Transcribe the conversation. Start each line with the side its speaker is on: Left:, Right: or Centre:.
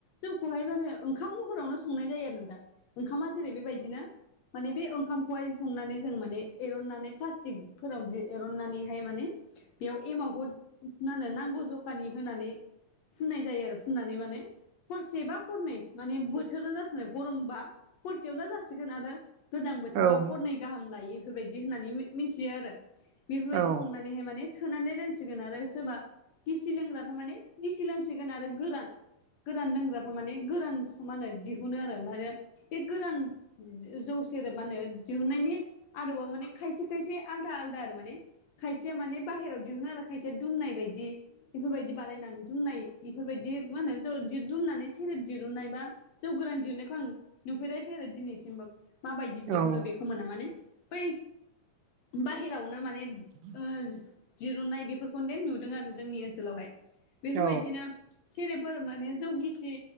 Left: जौखौहाय माने ओंखाम महरावनो संनाय जायो आरो न दा ओंखामा जेरै बेबायदिनो माने बे ओंखामखौहाय संनानै जों माने एरननानै प्लास्टिकफोराव एरननानैहाय माने बेयाव एमावखौ मा होनो नांगौ जखानि होनानै फुननाय जायो आरो फुननानै माने हरसेबा हरनै माने बोथोरजों जासिगनो गरमबा हरसेयावनो जासिगोन आरो गोजां बोथोरबा
Right: औ
Left: हरनै गाहाम लायो बेफोरबायदि होननानै मिथियो आरो बेफोरबायदि
Right: औ
Left: संनानैहाय माने सोनानै दानसिगोन आरो सोरबा गिसि लोंग्रा थ माने गिसि लोंसिगोन आरो गोरान गोरान लोंग्राफ्रा माने गोरान समानो दिहुनो आरो माने बे गोरान जौ मा होनो जहनायनि आदबाव माने खायसे खायसे आलदा आलदा आरो माने खायसेया माने बाहेरायाव दिहुनो आरो खायसेया दुमनाय बायदि बेफोरबायदि बानायनानै दुमनाय बेफोरबायदि मा होनो ज दुमनानै सेरेब दिरुननाय बा जौ गोरान दिहुननायखौ आं नुफेराखाखै आरो दिनैसिमबो माबायदि दिहुनो
Right: औ औ
Left: बेखौ मोना माने बै बाहेरावनो माने ओ
Right: <inaudible>
Left: दिरुननाय बेफोरखौनो नुदों आरो जोंनि ओनसोलावहाय बेफोरबायदिनो
Right: औ
Left: सेरेफोर माने जौगिसि